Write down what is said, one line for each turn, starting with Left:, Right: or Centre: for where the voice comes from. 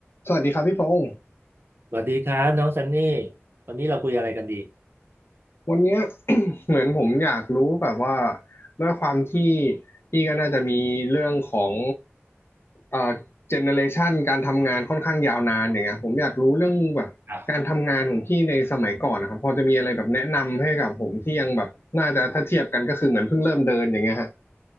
Left: สวัสดีครับพี่พงศ์
Right: สวัสดีครับน้องซันนี่วันนี้เราคุยอะไรกันดี
Left: วันเนี้ย <coughs> <clears throat> เหมือนผมอยากรู้แบบว่าด้วยความที่พี่ก็น่าจะมีเรื่องของเอ่อเจเนเรชันการทำงานค่อนข้างยาวนานอย่างเงี้ยผมอยากรู้เรื่องแบบการทำงานของพี่ในสมัยก่อนนะครับพอจะมีอะไรแบบแนะนำให้กับผมที่ยังแบบน่าจะถ้าเทียบกันก็คือเหมือนเพิ่งเริ่มเดินอย่างเงี้ยฮะ
Right: ครับ